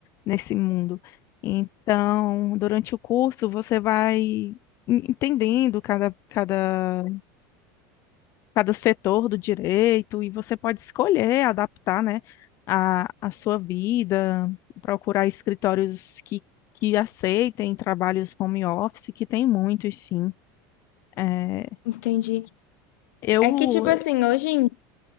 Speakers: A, on the left; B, on the left.
A: nesse mundo. Então, durante o curso, você vai en- entendendo cada, cada, cada setor do direito e você pode escolher adaptar, né, a, a sua vida, procurar escritórios que, que aceitem trabalhos home office, que tem muitos, sim. Eh,
B: entendi.
A: Eu,
B: É que, tipo assim, hoje em...